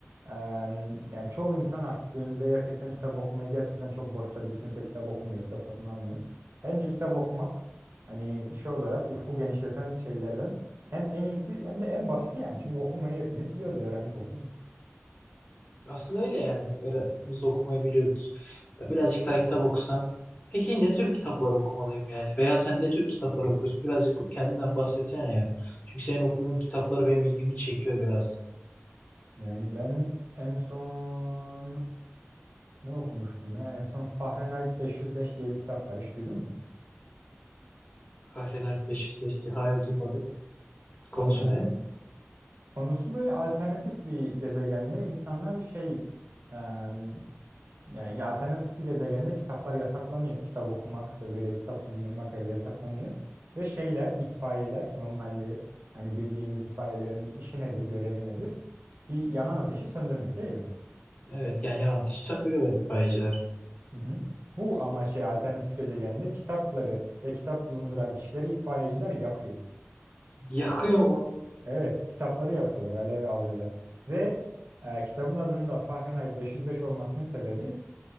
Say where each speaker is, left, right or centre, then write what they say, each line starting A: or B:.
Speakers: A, on the right; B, on the left.
A: em, yani çoğu insan artık günümüzde gerçekten kitap okumayı gerçekten çok boşladı. Kimse kitap okumuyor, kitap satın almıyor. Bence kitap okumak hani şey olarak ufku genişleten şeylerden hem en iyisi hem de en basiti yani. Çünkü okumayı hepimiz biliyoruz, öğrendik okumayı.
B: Aslında öyle yani. Hep böyle hepimiz okumayı biliyoruz. Birazcık daha kitap okusam. Peki ne tür kitaplar okumalıyım yani? Veya sen ne tür kitaplar okuyorsun? Birazcık kendinden bahsetsene ya. Çünkü senin okuduğun kitaplar benim ilgimi çekiyor biraz.
A: Yani ben en son ne okumuştum ya? En son Fahrenheit 505 diye bir kitap var. Hiç duydun mu?
B: Fahrenheit 505 diye hayır duymadım. Konusu
A: Ya
B: ne?
A: konusu böyle alternatif bir gezegende insanlar şey em, yani alternatif bir gezegende kitaplar yasaklanıyor. Kitap okumak ve böyle kitap bulundurmak evde yasaklanıyor. Ve şeyler, itfaiyeler normalde hani bildiğimiz itfaiyelerin işi nedir, görevi nedir? Bir yanan ateşi söndürmek değil mi?
B: Evet yani yan ateşi söndürüyorlar itfaiyeciler.
A: Hı hı. Bu ama şey alternatif gezegende kitapları ve kitap bulunduran kişileri itfaiyeciler yakıyor.
B: Yakıyor mu?
A: Evet, kitapları yakıyorlar, aleve alıyorlar. Ve e, kitabın adının da Fahrenheit 505 olmasının sebebi